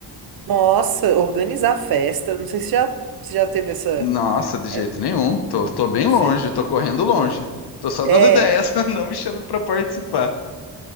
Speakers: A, on the right; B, on the left.
A: Nossa, organizar festa, não sei se já, se já teve essa
B: Nossa, de jeito
A: é,
B: nenhum. Tô, tô bem longe,
A: Cê-
B: tô correndo longe. Tô só
A: É,
B: dando ideias, <laughs> não me chame pra participar.